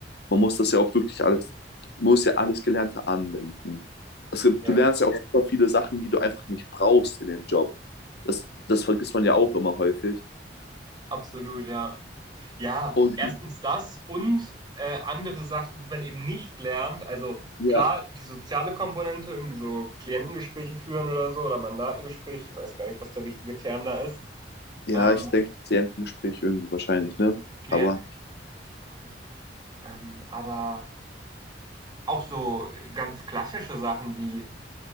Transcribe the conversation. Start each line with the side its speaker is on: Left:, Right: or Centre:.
Left: Man muss das ja auch wirklich alles, muss ja alles Gelernte anwenden. Es gibt,
Right: Ja,
Left: du lernst ja auch super viele Sachen, die du einfach nicht brauchst in dem Job. Das, das vergisst man ja auch immer häufig.
Right: absolut, ja. Ja,
Left: Und
Right: erstens
Left: du,
Right: das und äh, andere Sachen, die man eben nicht lernt. Also
Left: ja,
Right: klar, die soziale Komponente, irgendwie so Klientengespräche führen oder so oder Mandatengespräch, ich weiß gar nicht, was der richtige Term da ist.
Left: ja,
Right: Ähm,
Left: ich denke, Klientengespräch irgendwie wahrscheinlich, ne?
Right: Klient,
Left: Aber
Right: weiß ich gar nicht. Ähm, aber auch so ganz klassische Sachen wie